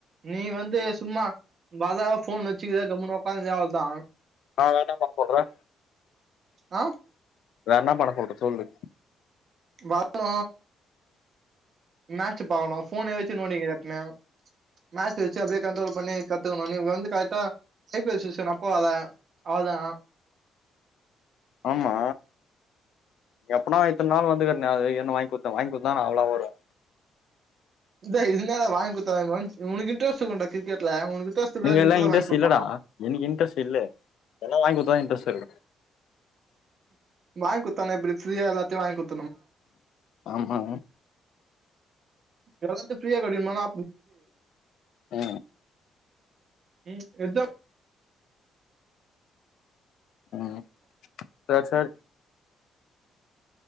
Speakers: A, on the right (about 50°); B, on the left (about 75°).
A: நீ வந்து சும்மா பாதாவா போன் வச்சுக்கத கம்முனு உக்காந்துர அவ்ளதா
B: நா வேணானா சொல்றே
A: ஆ
B: வேற என்ன பண்ண சொல்ற சொல்லு
A: வரணு மேட்ச் பாக்கணு போனயே வச்சு நோன்டினு <unintelligible> மேட்ச வச்சு அப்படியே கண்ட்ரோல் பண்ணி கத்துக்கணு நீ வந்து கரக்டா ஐ பி எல் செக்சன் அப்போ வர அவ்ளோதா
B: ஆமா எப்புனா இத்தன் நாள் வந்துக்குட்ருந்தே அது என்ன வாங்கிகுடுத்தே வாங்கி குடுத்தா நா அவ்ளோ <unintelligible>
A: இத இதுனால வாங்கி கொடுத்தா உ உனக்கு இன்டரெஸ்ட் இருக்குனுன்டா கிரிக்கெட்ல உனக்கு இன்ட்ரெஸ்ட் இல்ல
B: நீங்க எல்லா
A: இப்பதா
B: இன்ட்ரெஸ்ட்
A: வாங்கி குடுப்பாங்க
B: இல்லடா எனக்கு இன்ட்ரெஸ்ட் இல்ல எதனா வாங்கி குடுத்தாதா இன்ட்ரெஸ்ட் இருக்கு
A: வாங்க் குடுத்தானே எப்டி ஃப்ரீயா எல்லாத்தியு வாங்க் குத்
B: ஆமா
A: எதாது ஃப்ரியா கெடைக்கணுனா
B: ஆ
A: ம்
B: ம் சர் சர்